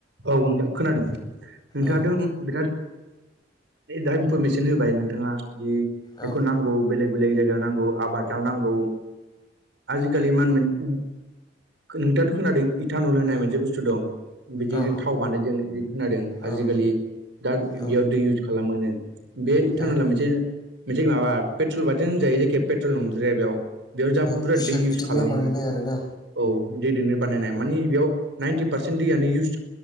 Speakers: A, on the right; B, on the left.
A: औथ खोनादों नोंथाङा
B: औ
A: दों बिराद दा इनफरमेसन होबाय नोंथाङा जि
B: औ
A: बेखौ नांगौ बेलेग। बेलेग जायगायाव नांगौ आबादाव नांगौ आजिखालि मा होनो नोंथाङाथ' खोनादों इटानल होननाय मोनसे बुस्थु दं। बिदिजों
B: औ
A: थाव बानायदों बि खोनादों आजिखालि
B: औ
A: दा
B: औ
A: बेयाव दै इउस खालामो। बे
B: औ
A: थानला मोनसे मोनसे माबा पेट्रल बान होनजायो जेखे पेट्रल नंज्राया बेयाव बेयाव जा
B: औ
A: बुरजाद
B: खुसेर
A: दै इउस
B: बिदैनिफ्राय
A: खालामो
B: बानायनाय आरोना
A: औ। दैजोंनो बानायनाया मानिे बेयाव नाइनटि पारसेन्ट दैयानो इउस